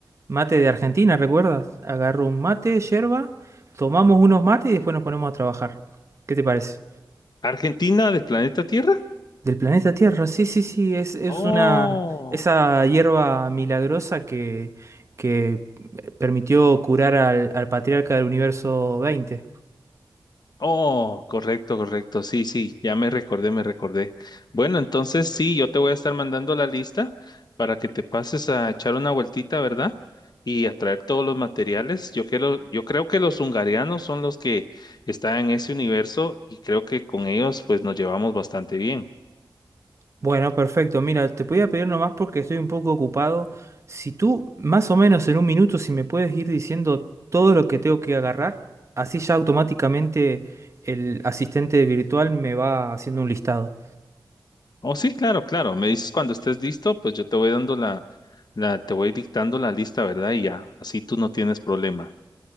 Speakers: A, on the right; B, on the left.
A: Mate de Argentina, ¿recuerdas? Agarro un mate, yerba, tomamos unos mates y después nos ponemos a trabajar. ¿Qué te parece?
B: ¿Argentina del planeta Tierra?
A: Del planeta Tierra, sí, sí, sí, es, es
B: Oh.
A: una, esa hierba milagrosa que, que permitió curar al, al patriarca del universo 20.
B: Oh, correcto, correcto. Sí, sí, ya me recordé, me recordé. Bueno, entonces sí, yo te voy a estar mandando la lista para que te pases a echar una vueltita, ¿verdad? Y a traer todos los materiales. Yo creo, yo creo que los hungarianos son los que están en ese universo y creo que con ellos pues nos llevamos bastante bien.
A: Bueno, perfecto, mira, te podía pedir nomás porque estoy un poco ocupado. Si tú, más o menos en un minuto, si me puedes ir diciendo todo lo que tengo que agarrar, así ya automáticamente el asistente virtual me va haciendo un listado.
B: Oh, sí, claro, claro. Me dices cuando estés listo, pues yo te voy dando la, la, te voy dictando la lista, ¿verdad? Y ya, así tú no tienes problema.